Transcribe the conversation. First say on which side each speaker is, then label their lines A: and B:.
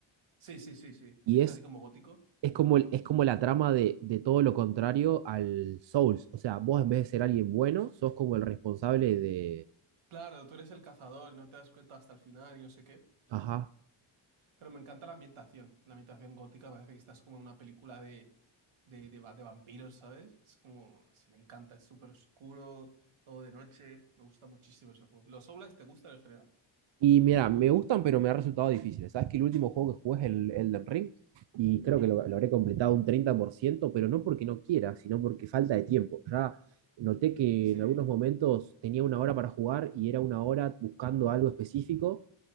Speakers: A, on the right (about 80°); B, on the right (about 60°).
A: Sí, sí, sí, sí.
B: Y
A: El que
B: es,
A: es así como gótico.
B: es como el, es como la trama de, de todo lo contrario al Souls. O sea, vos en vez de ser alguien bueno, sos como el responsable de...
A: Claro, tú eres el cazador y no te das cuenta hasta el final y no sé qué.
B: ajá
A: Pero me encanta la ambientación. La ambientación gótica parece que estás como en una película de, de, de, va- de vampiros, ¿sabes? Es como, se me encanta, es súper oscuro, todo de noche. Me gusta muchísimo ese juego. ¿Los Souls te gustan en general?
B: Y mira, me gustan, pero me ha resultado difícil. Sabes que el último juego que jugué es el Elden Ring y creo
A: Hmm,
B: que lo, lo habré completado un treinta por ciento pero no porque no quiera, sino porque falta de tiempo. Ya noté que
A: Sí.
B: en algunos momentos tenía una hora para jugar y era una hora buscando algo específico